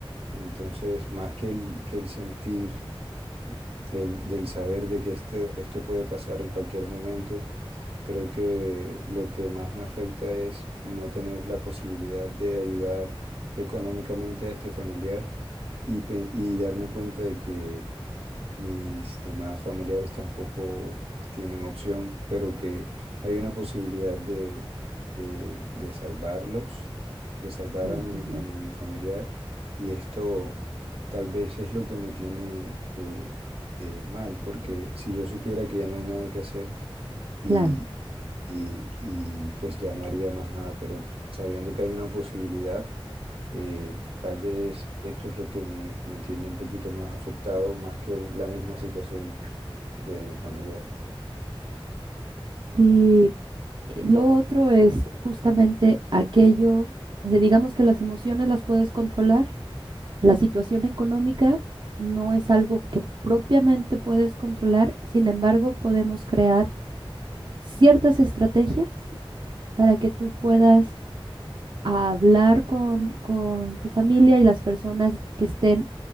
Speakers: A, on the right (about 80°); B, on the right (about 55°).
A: Entonces, más que el, que el sentir el, del saber de que este, esto puede pasar en cualquier momento, creo que lo que más me afecta es no tener la posibilidad de ayudar económicamente a este familiar y, pe- y darme cuenta de que mis demás familiares tampoco tienen opción, pero que hay una posibilidad de, de, de salvarlos, de salvar
B: Ujú,
A: a mi,
B: ujú.
A: a mi familiar, y esto tal vez es lo que me tiene eh, eh, mal, porque si yo supiera que ya no hay nada que hacer y,
B: claro.
A: y, y pues ya no haría más nada, pero sabiendo que hay una posibilidad, eh, tal vez esto es lo que me, me tiene un poquito más afectado, más que la misma situación de mi familiar.
B: Y eh, lo otro es justamente aquello, o sea, digamos que las emociones las puedes controlar. La situación económica no es algo que propiamente puedes controlar, sin embargo, podemos crear ciertas estrategias para que tú puedas a hablar con, con tu familia y las personas que estén